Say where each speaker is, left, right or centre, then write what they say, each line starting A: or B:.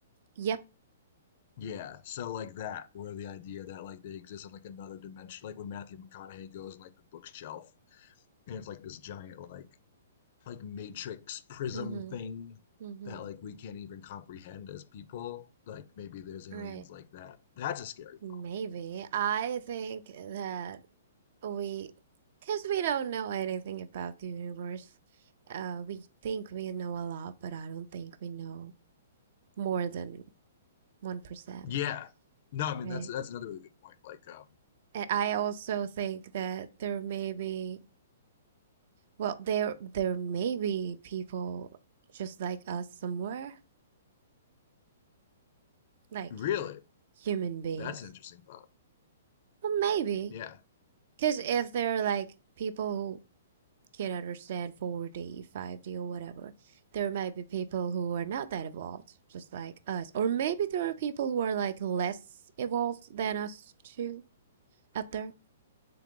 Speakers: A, on the right; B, on the left.
A: Yep.
B: Yeah, so like that, where the idea that like they exist on like another dimension, like when Matthew McConaughey goes on like the bookshelf, and it's like this giant like like matrix prism
A: Mm-hmm.
B: thing
A: Mm-hmm.
B: that like we can't even comprehend as people. Like maybe there's aliens
A: Right.
B: like that. That's a scary thought.
A: Maybe. I think that we, because we don't know anything about the universe, uh, we think we know a lot, but I don't think we know more than 1%,
B: Yeah. No, I mean
A: right?
B: that's that's another really good point. Like, um,
A: And I also think that there may be Well, there there may be people just like us somewhere, like
B: really,
A: human beings.
B: that's an interesting thought.
A: But maybe,
B: Yeah.
A: because if they're like people who can't understand 4D, 5D, or whatever, there might be people who are not that evolved, just like us. Or maybe there are people who are like less evolved than us too out there.